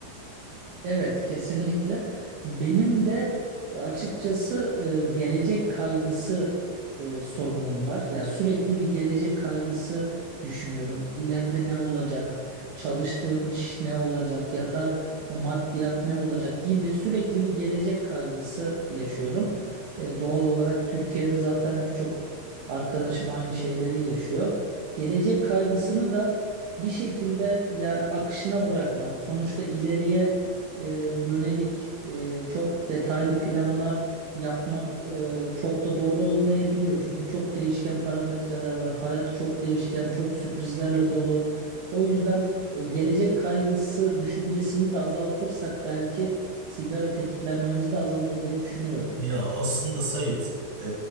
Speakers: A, on the right; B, on the right.
A: Evet, kesinlikle. Benim de e, açıkçası e, gelecek kaygısı e, sorunum var. Ya sürekli bir gelecek kaygısı düşünüyorum. İleride ne olacak? Çalıştığım iş ne olacak? Ya da e, maddiyat ne olacak gibi sürekli bir gelecek kaygısı yaşıyorum. E, doğal olarak Türkiye'de zaten birçok arkadaşım aynı şeyleri yaşıyor. Gelecek kaygısını da bir şekilde yani akışına bırakmak, sonuçta ileriye e, yönelik e, çok detaylı planlar yapmak e, çok da doğru olmayabiliyor. Çünkü çok değişken parametreler var. Hayat çok değişken, çok sürprizlerle dolu. O yüzden e, gelecek kaygısı düşüncesini de azaltırsak belki sigara tetiklenmemiz de azalır diye düşünüyorum.
B: Ya aslında Sait, e,